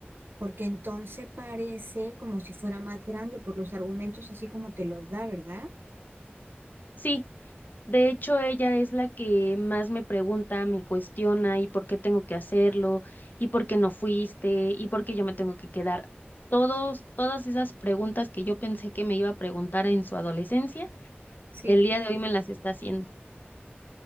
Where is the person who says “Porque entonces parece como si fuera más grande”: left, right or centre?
Right